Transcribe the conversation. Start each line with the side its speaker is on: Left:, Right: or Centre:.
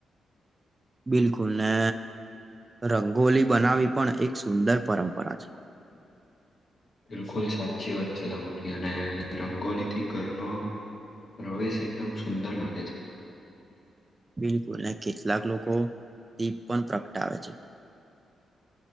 Right: બિલકુલ ને રંગોલી બનાવી પણ એક સુંદર પરંપરા છે
Left: બિલકુલ સાચી વાત છે તમારી અને રંગોલી થી ઘરનો પ્રવેશ એકદમ સુંદર લાગે છે
Right: બિલકુલ ને કેટલાક લોકો દીપ પણ પ્રગટાવે છે